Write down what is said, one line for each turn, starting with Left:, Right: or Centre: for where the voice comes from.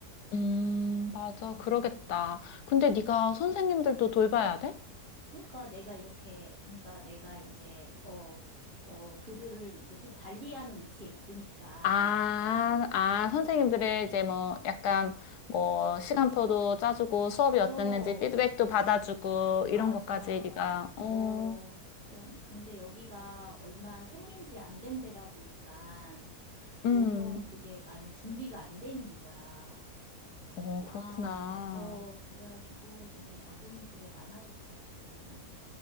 Left: 음, 맞아.
Right: 음,
Left: 그러겠다. 근데
Right: 음.
Left: 네가 선생님들도 돌봐야 돼?
Right: 그러니까 내가 이렇게, 그러니까 내가 이제, 어, 어, 그들을 이제 좀 관리하는 위치에 있으니까,
Left: 아, 아, 선생님들의 이제 뭐 약간 뭐 시간표도 짜주고 수업이
Right: 어,
Left: 어땠는지 피드백도 받아주고 이런
Right: 맞아.
Left: 것까지 네가 어,
Right: 어, 그래. 근데 여기가 얼마 생긴 지 안 된 데라 보니까
Left: 음,
Right: 너무 그게 많이 준비가 안 돼 있는 거야.
Left: 어,
Right: 아,
Left: 그렇구나.
Right: 어, 그래가지고 내가 야근이 되게 많아졌어, 지금.